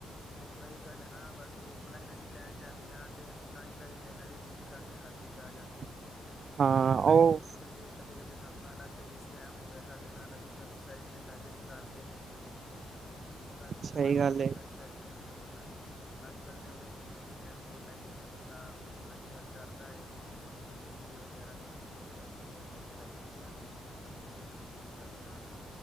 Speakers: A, on the left; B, on the right.
A: ਦੇਖੋ ਇਹਹੀ ਗੱਲ ਹੈ ਨਾ ਬਸ ਔਫਲਾਈਨ ਅਸੀਂ ਲੈਣ ਜਾਂਦੇ ਹਾਂ ਅਤੇ ਅਸੀਂ ਤਾਂ ਹੀ ਪੈਸੇ ਦਿੰਦੇ ਜੇ ਚੀਜ਼ ਸਾਡੇ ਹੱਥ ਚ' ਆ ਜਾਂਦੀ ਏ।
B: <inaudible>
A: ਬਟ ਔਨਲਾਈਨ
B: ਉਹ
A: ਚ' ਕਦੇ ਕਦੇ- ਕਦੇ ਸਾਨੂੰ ਐਂ ਲੱਗਦਾ ਕਿ ਸਕੈਮ ਹੋ ਗਿਆ ਸਾਡੇ ਨਾਲ ਅਸੀਂ ਗਲਤ ਸਾਈਟ 'ਤੇ ਪੈਸੇ ਕਰਤੇ ਪੇ ਅਤੇ ਹੁਣ ਉਹ ਕੁਛ ਕਰ ਵੀ ਨਹੀਂ
B: ਸਹੀ
A: ਸਕਦਾ ਬੰਦਾ
B: ਗੱਲ
A: ਦੀ
B: ਏ
A: ਵੈੱਬਸਾਈਟ ਉੱਤੇ ਪੇ ਹੋ ਜਾਣ। ਅੱਜ ਕੱਲ ਤੇ ਉਂਹੇ ਔਨਲਾਈਨ ਸਕੈਮ ਬਹੁਤ ਹੈਗੇ ਨੇ ਬੰਦਾ ਹੁਣ ਅੱਜ ਕੱਲ ਡਰਦਾ ਏ। ਓ ਟੀ ਪੀ ਵਗੈਰਾ ਦੇਣ ਤੋਂ ਮਤਲਬ ਜਿਵੇਂ ਰਾਈਡਰ ਵੀ ਆਉਂਦੇ ਨੇ ਉਹਨਾਂ ਪੁੱਛਦੇ ਨੇ ਓ ਟੀ ਪੀ ਦੱਸ ਦਿਓ ਜੀ।